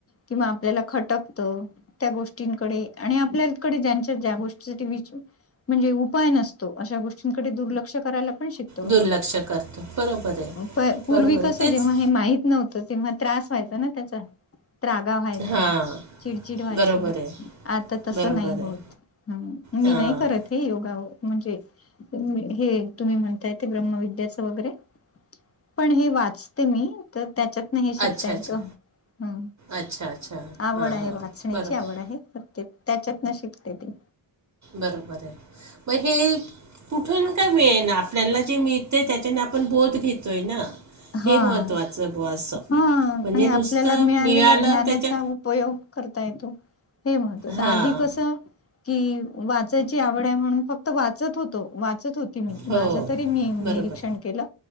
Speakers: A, on the left (about 30°); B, on the right (about 35°).
A: किंवा आपल्याला खटक त त्या गोष्टींकडे आणि आपल्याकडे ज्यांच्या ज्या गोष्टीसाठी विच म्हणजे उपाय नसतो अशा गोष्टींकडे दुर्लक्ष करायला पण शिक तो
B: दुर्लक्ष करतो बरोबर आहे.
A: प पूर्वी
B: बरोबर आहे
A: कस
B: तेच
A: जेव्हा हे माहित नव्ह त तेव्हा त्रास व्हायचा ना त्याचा त्रागा व्हायचा.
B: हां
A: चिडचिड व्हायची
B: बरोबर आहे
A: आता तस
B: बरोबर
A: नाही
B: आहे
A: होत हम्म मी
B: हां
A: नाही करत हे योगा ओ म्हणजे हे तुम्ही म्हणतायते ब्रह्मविद्याचं वगैरे पण हे वाचते मी तर त्याच्यातन हे शिकता
B: अच्छा
A: येत
B: अच्छा
A: ह
B: अच्छा अच्छा!
A: आवड
B: हां
A: आहे
B: हां
A: वाचण्याची
B: बरोबर
A: आवड आहे प्रत्य त्याच्यात न शिकते ती
B: बरोबर आहे मग हे कुठून का मिेळे ना आपल्याला जे मिळतय त्याच्याने आपण बोध घेतोय ना
A: हा,
B: हे महत्त्वाचं बुवा असं
A: हा
B: म्हणजे
A: आणि
B: नुसतं
A: आपल्याला मिळालेल्या
B: मिळालं
A: ज्ञानाचा
B: त्याच्या
A: उपयोग करता येतो हे महत्वाच
B: हां
A: आधी कसं की वाचायची आवड आहे म्हणून फक्त वाचत होतो वाचत होत ते
B: हो
A: माझ तरी मी निरीक्षण
B: बरोबर
A: केलं